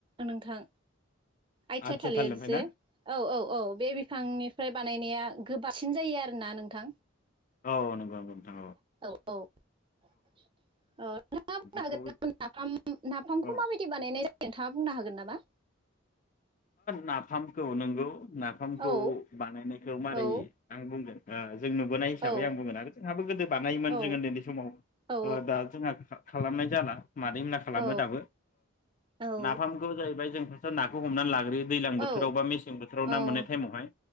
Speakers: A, on the right; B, on the left.
A: नोंथां आइथिया
B: आथिया
A: थालिर
B: थालिरनिफ्राय
A: जे
B: ना
A: औ औ औ बे बिफांनिफ्राय बानायनाया गोबांसिन जायो आरो ना नोंथां
B: औ औ नंगौ नंगौ नोंथां
A: औ औ औ नोंथाङा
B: बेखौ
A: <unintelligible> नाफामखौ
B: औ
A: माबायदि बानायनाय ज जादों नोंथां बुंनो हागोन नामा
B: नाफामखौ नोंगौ नाफामखौ
A: औ
B: बानायनायखौ मारै
A: औ
B: आं बुंगोन आ जों नुबोनाय हिसाबै
A: औ
B: आं बुंगोन आरो जोंहाबो गोदो बानायोमोन
A: औ
B: जो उन्दै समाव
A: औ
B: दा जोंहा खालामनाय जाला मादै होनना खालामो
A: औ
B: दाबो
A: औ
B: नाफामखौ जाहैबाय जों नोंसोर नाखौ हमनानै लागोन ओरै दैजलां बोथोराव
A: औ
B: बा मेसें बोथोराव ना
A: औ
B: मोननाय टाइमावहाय